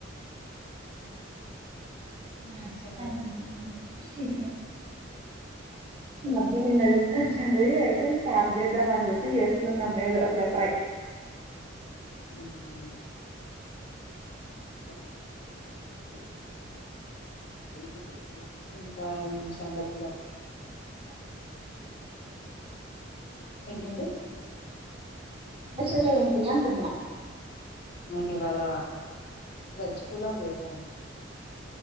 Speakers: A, on the right; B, on the left.
A: <unintelligible>
B: ఎగ్స్ అండి.
A: మంచిది మధ్య నిన్న తీసుకొచ్చారు అయితే స్టార్ట్ చేద్దాం అని చెప్పి చేస్తున్నాం ఏదో అట్లా ట్రై
B: హు హు ఏంటండి
A: స్పెషల్ ఏంటి అంటున్నా
B: నేను ఇవాళ వెజ్ పులావ్ చేసానండి